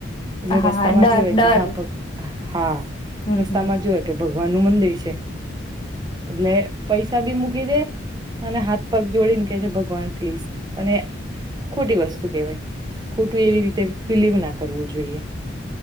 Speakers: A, on the right; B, on the left.
A: એટલે
B: હા
A: રસ્તા માં
B: ડર
A: જોવેય
B: ડર
A: કે હા પગ હમ
B: હમ
A: રસ્તા
B: હમ
A: માં જોએ કે ભગ વાનુમન દેશ છે છે એટલે પૈસા બી મૂકી દે અને હાથ પગ જોડીને કે છે ભગવાન પ્લીઝ પણ એ ખોટી વસ્તુ કેહેવાય ખોટું એવી રીતે બિલીવ ના કરવું જોઈએ